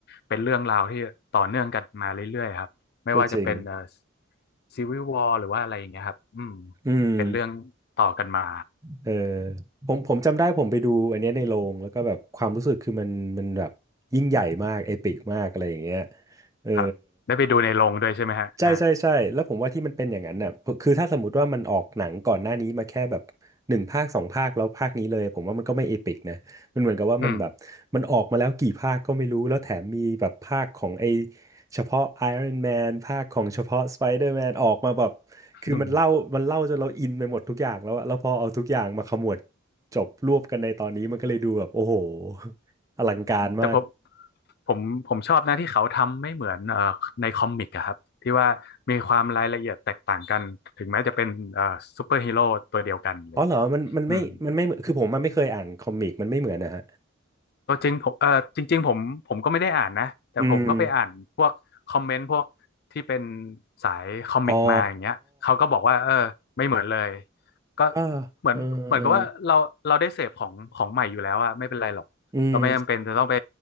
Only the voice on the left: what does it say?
เป็นเรื่องราวที่ต่อเนื่องกันมาเรื่อยๆครับไม่ว่าจะเป็นเอ่อ
ซีวิววอหรือว่าอะไรอย่างเงี้ยครับอืม
เป็นเรื่องต่อกันมา
ครับได้ไปดูในโรงด้วยใช่ไหมฮะฮะ
อืม
<laughs>
แต่ผม ผมผมชอบนะที่เขาทำไม่เหมือนเอ่อในคอมิกอะครับที่ว่ามีความรายละเอียดแตกต่างกันถึงแม้จะเป็นเอ่อซูเปอร์ฮีโร่ตัวเดียวกันเลย
อืม ตัวจริงผมเออจริงๆผมผมก็ไม่ได้อ่านนะแต่ผมก็ไปอ่านพวกคอมเมนต์พวกที่เป็น
สายคอมิกมาอย่างเงี้ยเขาก็บอกว่าเออไม่เหมือนเลย
ก็
เหมือนเหมือนกับว่าเราเราได้เสพของของใหม่อยู่แล้วอะไม่เป็นไรหรอกเราไม่จำเป็นจะต้องไป